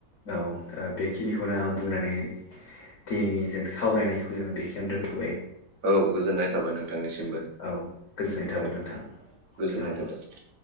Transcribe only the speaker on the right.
औ गोजोननाय थाबाय नोंथांनिसिमबो
औ
गोजोननाय
थाबाय।